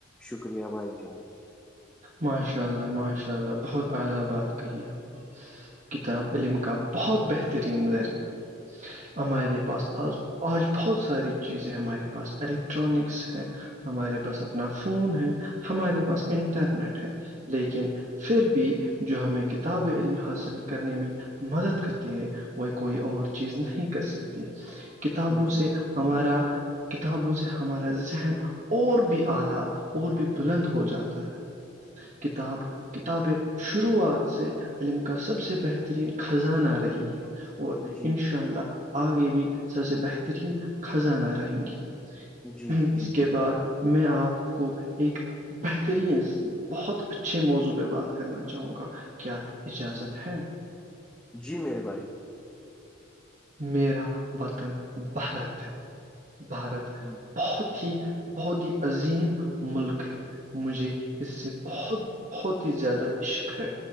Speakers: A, in the centre; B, on the right.
A: شکریہ بھائی جان
B: ماشاء اللہ ماشاء اللہ بہت اعلی بات کہی ہے آپ نے کتاب
A: جی
B: علم کا بہت بہترین ذریعہ ہمارے پاس آ آج بہت ساری چیزیں ہمارے پاس الیکٹرانکس ہیں ہمارے پاس اپنا فون ہے ہمارے پاس انٹرنیٹ ہے لیکن پھر بھی جو ہمیں کتاب علم حاصل کرنے میں مدد کرتی ہے وہ کوئی اور چیز نہیں کر سکتی کتابوں
A: جی
B: سے ہمارا کتابوں سے ہمارا ذہن اور بھی اعلی اور بھی بلند ہو جاتا کتاب کتابیں شروعات سے علم کا سب سے بہترین خزانہ آ رہی ہے اور
A: جی
B: انشاء اللہ آگے بھی سب سے بہترین خزانہ رہیں گی
A: جی
B: اس
A: جی
B: کے
A: بالکل
B: بعد میں آپ کو ایک بہتر ترین بہت اچھے موضوع پہ بات کرنا چاہوں گا کیا اجازت
A: ج
B: ہے
A: جی میرے بھائی
B: میرا وطن بھارت ہے بھارت
A: جی
B: بہت ہی بہت ہی عظیم ملک ہے مجھے اس سے بہت بہت ہی زیادہ عشق ہے